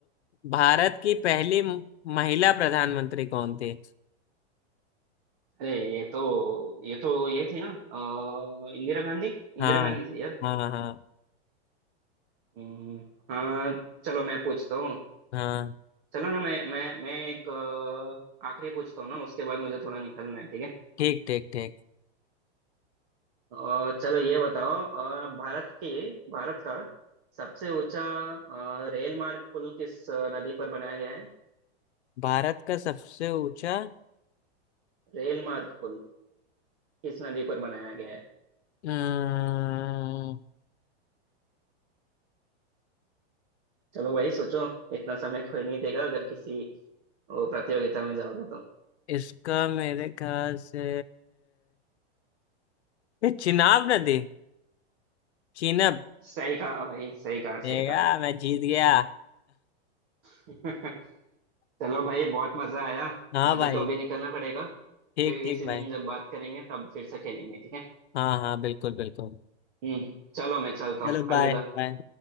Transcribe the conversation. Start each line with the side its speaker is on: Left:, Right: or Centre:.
Left: भारत की पहली महिला प्रधानमंत्री कौन थी
Right: अरे ये तो ये तो ये थी ना अ, इंदिरा गांधी इंदिरा
Left: हाँ
Right: गांधी थी यार
Left: हाँ हाँ
Right: हम्म, हाँ चलो मैं पूछता हूँ
Left: हाँ
Right: चलो ना मैं मैं मैं एक अ, आखिरी पूछता हूँ ना उसके बाद मुझे थोड़ा निकलना है ठीक है
Left: ठीक ठीक ठीक
Right: अ, चलो ये बताओ अ, भारत के भारत का सबसे ऊंचा अ, रेल मार्ग पुल किस नदी पर बनाया गया है
Left: भारत का सबसे ऊंचा
Right: रेल मार्ग पुल किस नदी पर बनाया गया है
Left: अम्म,
Right: चलो भाई सोचो इतना समय कोई नहीं देगा अगर किसी अ, प्रतियोगिता में जाओगे तो
Left: इसका मेरे ख्याल से ये चिनाब नदी चिनब
Right: सही कहा भाई सही कहा
Left: देगा
Right: सही कहा
Left: मैं जीत गया
Right: <laughs> चलो भाई बहुत मजा आया
Left: हाँ
Right: मुझे
Left: भाई
Right: तो अभी निकलना पड़ेगा
Left: ठीक
Right: फिर किसी
Left: ठीक भाई
Right: दिन जब बात करेंगे तब फिर से खेलेंगे ठीक है
Left: हाँ हाँ बिल्कुल बिल्कुल
Right: हम्म चलो मैं चलता हूँ
Left: चलो बाय
Right: अलविदा
Left: बाय